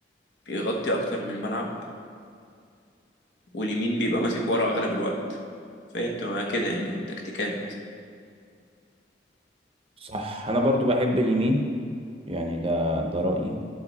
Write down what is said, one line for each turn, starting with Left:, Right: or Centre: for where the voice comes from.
Left: بيغطي أكتر من الملعب واليمين بيبقى ماسك ورا أغلب الوقت فهي بتبقى كده يعني تكتيكات
Right: صح انا برضو بحب اليمين يعني ده ده رايي